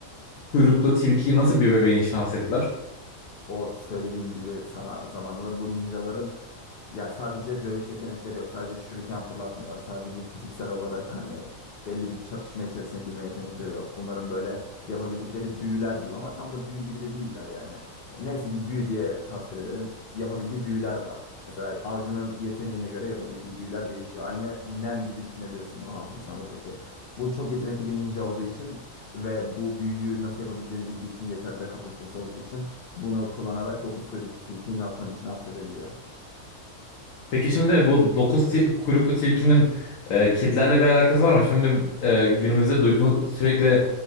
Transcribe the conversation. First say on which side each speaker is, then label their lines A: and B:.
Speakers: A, on the left; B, on the left.
A: kuyruklu tilkiyi nasıl bir bebeğin içine hapsettiler?
B: O söylediğim gibi sana zamanında bu ninjaların Ya sadece dövüş yetenekleri yok. Sadece şuriken fırlatmıyorlar. Sadece fiziksel olarak hani belli bir çatışma içerisine girme yetenekleri yok. Bunların böyle yapabildikleri büyüler diyeyim ama tam da büyü gibi de değiller yani. Neyse biz büyü diye tasvir edelim. Yapabildiği büyüler var. Mesela avcının yeteneğine göre yapabildiği büyüler değişiyor. Aynı Nen gibi düşünebilirsin bunu Hunter x Hunter'daki. Bu çok yetenekli bir ninja olduğu için ve bu büyüyü nasıl yapabileceğini bildiği için yeterli de kapasitesi olduğu için bunu kullanarak dokuz kuyruklu tilkiyi Naruto'nun içine hapsedebiliyor.
A: Peki şimdi bu dokuz ti- kuyruklu tilkinin e, kedilerle bir alakası var mı? Şimdi e, günümüzde duyduğumuz sürekli